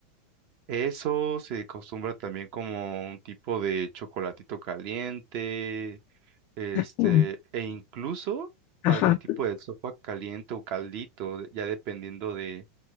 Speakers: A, on the right (about 45°); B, on the left (about 40°).
A: Eso se acostumbra también como un tipo de chocolatito caliente, este,
B: sí,
A: e incluso
B: Ajá.
A: algún tipo
B: ajá.
A: de sopa caliente o caldito, de- ya dependiendo de,